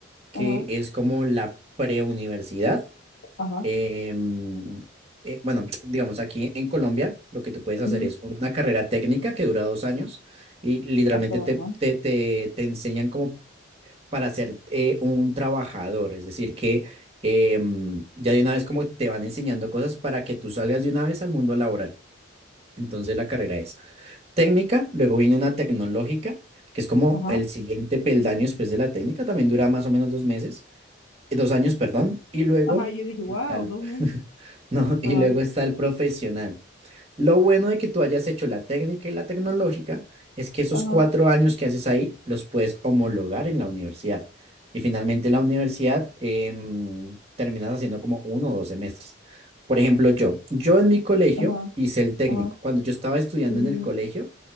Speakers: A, on the right; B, on the left.
A: que
B: Ajá,
A: es como la preuniversidad.
B: ajá,
A: em, eh, bueno, <tsk> digamos, aquí en Colombia lo que tú puedes hacer
B: ujú,
A: es una carrera técnica que dura dos años y literalmente
B: hasta,
A: te,
B: ajá,
A: te, te, te enseñan como para ser eh, un trabajador, es decir, que em, ya de una vez como te van enseñando cosas para que tú salgas de una vez al mundo laboral. Entonces la carrera es técnica, luego viene una tecnológica, que es como
B: ajá,
A: el siguiente peldaño después de la técnica, también dura más o menos dos meses, eh, dos años, perdón, y luego
B: ajá, y yo dije,
A: está
B: wow,
A: el,
B: dos veces,
A: <laughs> no,
B: ajá,
A: y luego está el profesional. Lo bueno de que tú hayas hecho la técnica y la tecnológica es que esos
B: ajá,
A: cuatro años que haces ahí los puedes homologar en la universidad. Y finalmente la universidad em, terminas haciendo como uno o dos semestres. Por ejemplo, yo, yo en mi colegio
B: ajá,
A: hice el técnico.
B: ajá.
A: Cuando yo estaba estudiando
B: sí, sí,
A: en el
B: sí.
A: colegio,